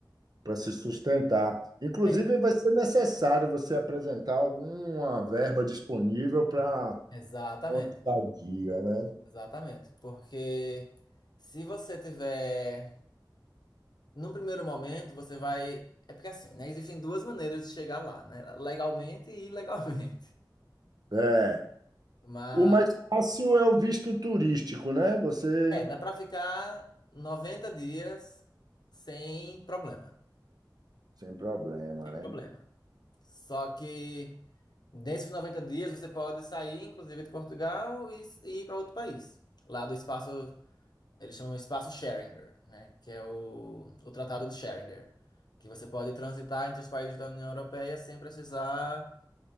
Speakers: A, on the right; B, on the left.
A: para se sustentar. Inclusive,
B: É,
A: vai ser necessário você apresentar alguma verba disponível para
B: exatamente,
A: uma estadia, né?
B: exatamente. Porque se você tiver, num primeiro momento, você vai. É porque assim, né? Existem duas maneiras de chegar lá, né? Legalmente e ilegalmente.
A: É.
B: <laughs> Mas
A: O mais fácil é o visto turístico, né? Você,
B: É, dá pra ficar 90 dias sem problema.
A: sem problema,
B: Sem
A: né?
B: problema. Só que nesses noventa dias você pode sair, inclusive, de Portugal e, s- e ir para outro país. Lá do espaço, eles chamam espaço Schengen, né? Que é o, o Tratado de Schengen. Que você pode transitar entre os países da União Europeia sem precisar.